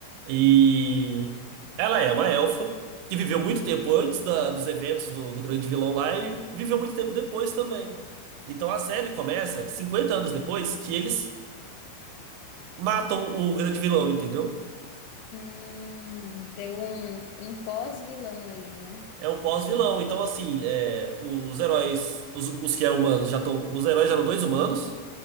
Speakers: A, on the right; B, on the left.
A: e ela é uma elfa que viveu muito tempo antes da- dos eventos do, do grande vilão lá e viveu muito tempo depois também. Então a série começa 50 anos depois que eles matam o grande vilão, entendeu?
B: Hum, tem um, um pós-vilão ali, né?
A: É um pós-vilão. Então, assim, é, os heróis, os, os que eram humanos, já estão. Os heróis eram dois humanos,